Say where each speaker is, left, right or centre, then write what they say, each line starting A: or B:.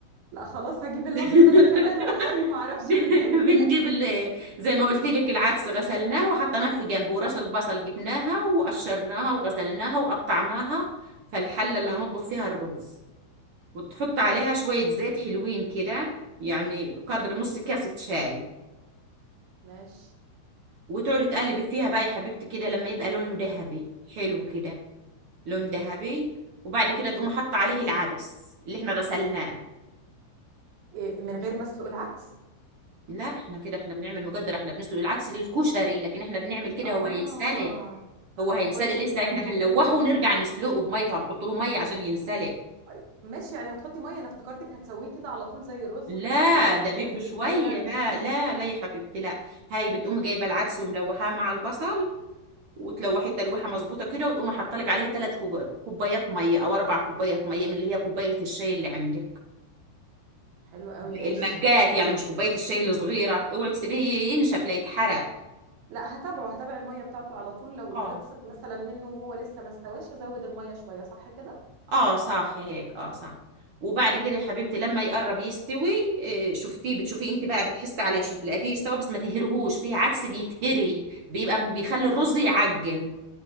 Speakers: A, on the right; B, on the right.
A: لا خلاص هجيب الابيض
B: <laughs>
A: انا كمان والله ما اعرفش
B: <laughs>
A: ان بيفرق
B: بنجيب ال- زي ما قلت لك العدس غسلناه وحطيناه في جنب وراس البصل جبناها وقشرناها وغسلناها وقطعناها فالحلة اللي هنطبخ فيها الرز وتحط عليها شوية زيت حلوين كده يعني قدر نص كاسة شاي
A: ماشي
B: وتقعدي تقلبي فيها بقى يا حبيبتي كده لما يبقى لونه ذهبي حلو كده لون ذهبي وبعد كده
A: ماشي
B: تقوم حاطه عليه العدس اللي احنا غسلناه
A: إيه من غير مسلوق العدس
B: لا احنا كده احنا بنعمل مقدر احنا بنسلق العدس للكشري لكن احنا بنعمل كده
A: اه
B: هو هينسلق هو هينسلق
A: طب كويس
B: لسه
A: انك نبهتيني
B: احنا هنلوحه
A: والله
B: ونرجع نسلقه بميه طبعا نحط له ميه عشان ينسلق
A: أي- ماشي يعني هتحطي ميه انا افتكرتك هتسويه كده على طول زي الرز
B: لا
A: فاستغربت
B: ده بده
A: قلت
B: شويه
A: ازاي يعني
B: لا لا لا يا حبيبتي لا هاي بتقوم جايبه العدس وملوحاه مع البصل وتلوحيه تلويحه مظبوطه كده وتقوم حاطه لك عليه ثلاث كوبايات ميه او اربع كوبايات ميه من اللي هي كوبايه الشاي اللي عندك
A: حلو قوي ماشي
B: المجات يعني مش كوبايه الشاي الصغيره اوعي تسيبيه ينشف لا يتحرق
A: لا هتابعه هتابع الميه بتاعته على طول لو
B: اه
A: نقصت مثلا منه وهو لسه ما استواش ازود الميه شويه صح كده
B: اه صح هيك اه صح وبعد كده يا حبيبتي لما يقرب يستوي إيه، شفتيه بتشوفيه انت بقى بتحسي عليه شوف لقيتيه يستوي بس ما تهرهوش فيه عدس بيتهري بيبقى م- بيخلي الرز يعجن